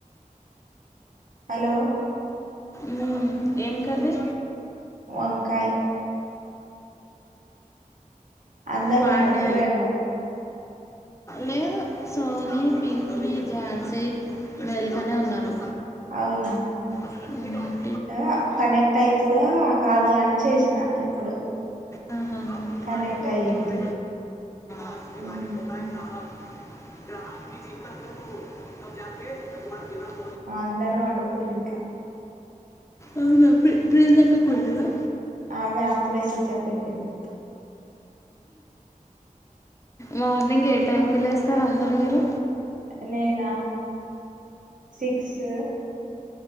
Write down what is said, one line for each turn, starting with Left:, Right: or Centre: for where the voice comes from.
Right: హలో
Left: ఉమ్ ఏం కర్రీ
Right: వంకాయ్ అందరు
Left: హాయ్
Right: పండుకురేమో
Left: అండి లేదు సోనీ పింకి ఝాన్సీ మేల్కొనే ఉన్నారు
Right: అవునా
Left: ఉ మ్
Right: ఆ కనెక్ట్ అయితదో కాదో అని చేస్నా ఇప్పుడు
Left: అ హ హ
Right: కనెక్ట్ అయ్యింది
Left: అ
Right: ఉమ్,
Left: గ్రహంకి చింత పురుగు <unintelligible> భగవాన్ విమన్
Right: అందరు అండుకుర్రు ఇంట్లా
Left: అవునా ప్రి ప్రిజక్కకి పోలేదా
Right: ఆమె అప్పుడే స్విచ్ హాఫ్ అయిపొయింది
Left: మార్నింగ్ ఏ టైంకి లేస్తారు అందరు మీరు
Right: నేనా సిక్సు